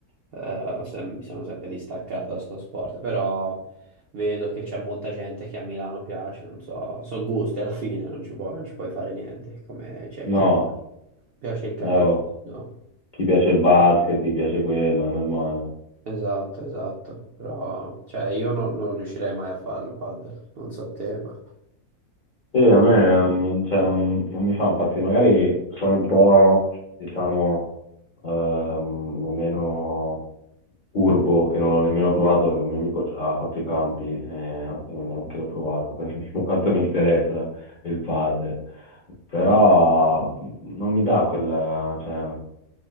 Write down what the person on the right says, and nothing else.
ho sem- mi sono sempre distaccato da sto sport, però vedo che c'è molta gente che a Milano piace, non so, sono gusti alla fine, non ci può- non ci puoi fare niente, come c'è
chi piace il calcio,
no?
Esatto, esatto, però cioè, io non, non riuscirei mai a farlo padel, non so te, ma...